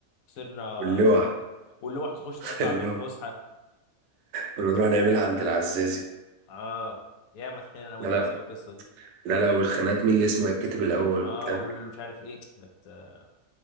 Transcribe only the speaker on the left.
خسرنا
بسبب ده. واللوح تخش تقطع
في الفسحه
اه يا ما اتخانقنا انا وانت
بسبب القصه دي
اه
واللي مش عارف ايه كانت آه،